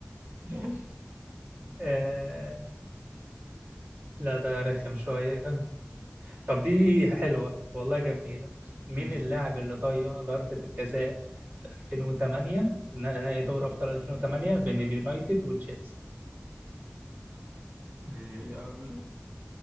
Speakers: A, on the right (about 70°); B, on the right (about 45°).
A: <laughs> ماشي
B: آه لا ده رخم شوية طب دي حلوة والله جميلة مين
A: امم
B: اللاعب اللي ضيع ضربة الجزاء في 2008 نا- نهائي دوري أبطال 2008 بين اليونايتد وتشيلسي
A: ايه يا عم ده